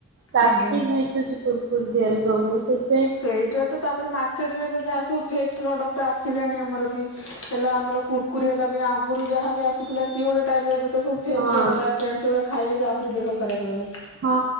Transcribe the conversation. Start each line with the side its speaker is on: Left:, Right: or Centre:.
Right: ପ୍ଲାଷ୍ଟିକ
Left: ଆଜ୍ଞା
Right: ମିସୁଛି ଫୁଲ୍ <unintelligible>
Left: ସେଇଟା ତ ତାପରେ ମାର୍କେଟ ରେ ଏବେ ଯାହା ସବୁ ଫେଗ୍ ପ୍ରଡ଼କ୍ଟ ଆସିଲାଣି ଆମର ବି ହେଲା ଆମର କୁରକୁରି ହେଲା ବି ଆଗରୁ ଯାହାବି ଆସୁଥିଲା ସି ଗୋଟେ ଟାଇପ୍ର ଏବେ ତ ଫେକ
Right: ହଁ
Left: ପ୍ରଡକ୍ଟସ ଆସିଲାଣି ସେଗୁଡାକ ଖାଇଲେ ବି ଆହୁରି ଦେହ ଖରାପ ହେବ।
Right: ହଁ